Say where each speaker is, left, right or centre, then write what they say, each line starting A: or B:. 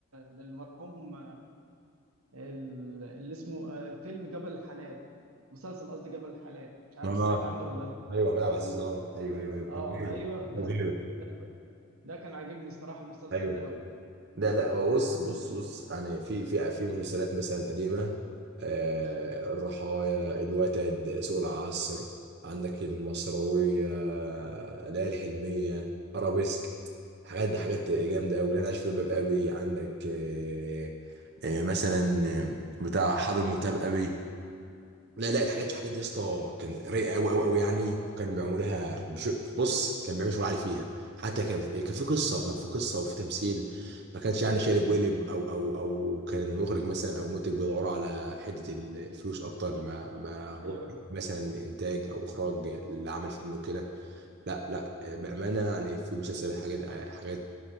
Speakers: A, on the right; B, on the right.
A: للمرحوم ال- اللي اسمه آه، فيلم جبل الحلال مسلسل قصدي جبل الحلال مش عارف
B: اه
A: سمعت عنه ولا لا
B: ايوه احمد عبد العزيز اه ايوه ايوه ايوه
A: اه
B: ابو هيبه
A: ايوه ده
B: أبو هيبة.
A: ده ده كان عاجبني الصراحة المسلسل
B: ايوه
A: ده قوي
B: لا لا هو بص بص بص يعني في في في مسلسلات مثلا قديمة آه الرحايا الوتد سوق العصر عندك المصروية ليالي الحلمية أرابيسك حاجات دي حاجات جامدة أوي أنا عايش في جلباب أبي عندك آه آه مثلا آه، بتاع حضر منتهى أبي لا لا الحاجات الحاجات دي يا اسطى كان رايقه قوي قوي قوي يعني وكان بيعملوها بش... بص كان بيعمل شغل عالي فيها حتى كان كان في قصه كان في قصه وفي تمثيل ما كانش يعني شارب وقلب او او او كان المخرج مثلا او المنتج بيدوروا على حته ال- الفلوس اكتر ما ما هو
A: ايوه ايوه
B: مثلا انتاج او اخراج لعمل فني وكده لا لا بامانه يعني في مسلسلات حاجات حاجات